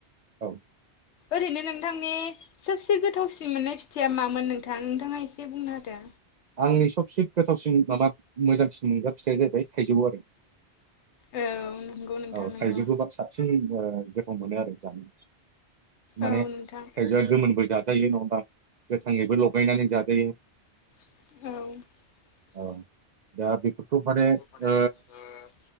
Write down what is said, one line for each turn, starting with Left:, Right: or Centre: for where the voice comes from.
Right: औ
Left: ओरैनो नोंथांनि सबसे गोथावसिन मोननाय फिथाइया मामोन नोंथां नोंथाङा एसे बुंनो होदो
Right: आंनि सबसे गोथावसिन माबा मोजांसिन मोनगा फिथाइया जाहैबाय थाइजौ आरो
Left: औ नंगौ नोंथां
Right: औ
Left: नंगौ।
Right: थाइजौबोबा साबसिन गोथाव मोनो आरो जानो माने
Left: औ
Right: थाइजौआ
Left: नोंथां
Right: गोमोनबो जाजायो नङा होमबा थालिरबो लगायनानै जाजायो
Left: औ
Right: औ दा बेफोरखौ माने
Left: <unintelligible>
Right: ओ